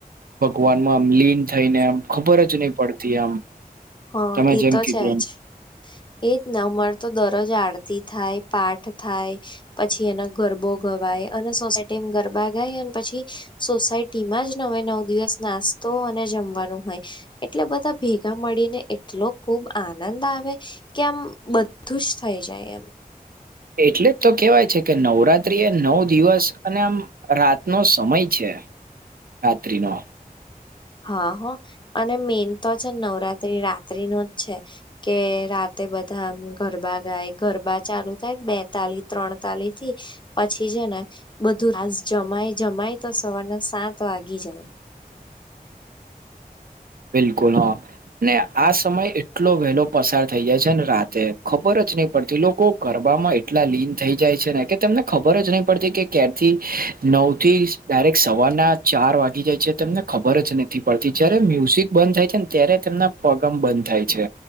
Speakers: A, on the right; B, on the left.
A: ભગવાન માં આમ લીન થઈને આમ ખબર જ નહી પડતી આમ
B: હા
A: તમે
B: એ
A: જેમ
B: તો
A: કીધું
B: છે
A: એમ.
B: જ એજ ને અમાર તો દરરોજ આરતી થાય, પાઠ થાય પછી એના ગરબો ગવાય અને સોસાયટી તેમ ગરબા ગાય અને પછી સોસાયટીમાં જ નવે નવ દિવસ નાસ્તો અને જમવાનું. હોય એટલે બધા ભેગા મળીને એટલો ખુબ આનંદ આવે. કેમ બધું જ થઈ જાય એમ.
A: એટલે જ તો કેવાય છે કે નવરાત્રી એ નવ દિવસ અને આમ, રાતનો સમય છે રાત્રિ નો,
B: હા હો. અને મેન તો છે ને નવરાત્રી રાત્રિ નો જ છે. કે રાતે બધા આમ ગરબા ગાય ગરબા ચાલુ થાય બેતાલી ત્રણતાાલી થી પછી છે ને બધું રાસ જમાય જમાય તો સવારના સાત વાગી જાય.
A: બિલકુલ હા, ને આ સમય એટલો વહેલો પસાર થઈ જાય છે ને રાતે ખબર જ નહી પડતી લોકો ગરબમાં એટલા લીન થઈ જાય છે ને કે તને ખબર જ નહી પડતી કે ક્યારથી નવ થી ડાયરેક્ટ સવારના ચાર વાગી જાય છે, તમને ખબર જ નથી પડતી. જ્યારે મ્યુઝ ક બંધ થાય છે ને ત્યારે તેમના પગ આમ બંધ થાય છે